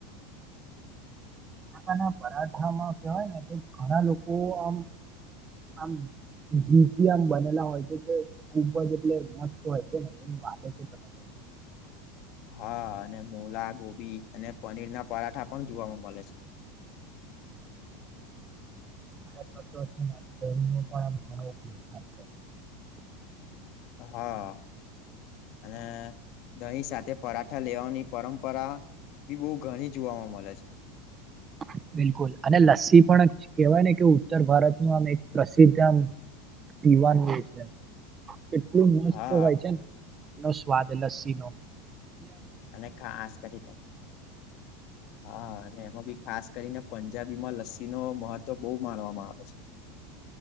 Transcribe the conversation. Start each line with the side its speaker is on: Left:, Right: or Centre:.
Right: કકા ના પરાઠામાં કહેવાય ને કે ઘણા લોકો આમ આમ ઘી આમ બનેલા હોય છે તે ખૂબ જ એટલે મસ્ત હોય છેને એની વાત ખ હો <inaudible>
Left: હા અને મોલા ગોભી અને પનીર ના પરાઠા પણ જોવાવામાં મળે છે.
Right: <inaudible> ભારત છે શ ન પણ આ ઘણો ઉપયોગ થાય છે
Left: હા. અને દહીં સાથે પરાઠા લેવાની પરંપરા બી બહુ ઘણી જોવાવામાં મળે છે
Right: હ. બિલકુલ અને લસ્સી પણ કેહેવાય ને કે ઉત્તર ભારત નું આમ એક પ્રસિદ્ધ આમ પીવાનું જે છે. કેટલું મસ્ત
Left: હા
Right: હોય છે ને એનો સ્વાદ લસ્સી નો
Left: અને ખાસ કરીને હા અને એમાં બ ખાસ કરીને પંજાબીમાં લસ્સી ન મહત્વ બહુ માણવામાં આવે છે